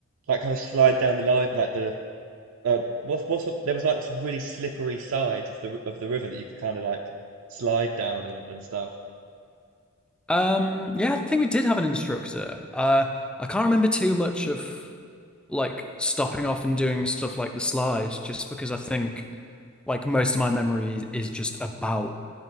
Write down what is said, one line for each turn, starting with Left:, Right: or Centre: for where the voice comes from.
Right: like kind of slide down the line like the uh what's what's there was like some really slippery sides of the of the river that you could kind of like slide down and and stuff
Centre: Um, yeah, I think we did have an instructor. Uh, I can't remember too much of like stopping off and doing stuff like the slide, just because I think like most of my memory is, is just about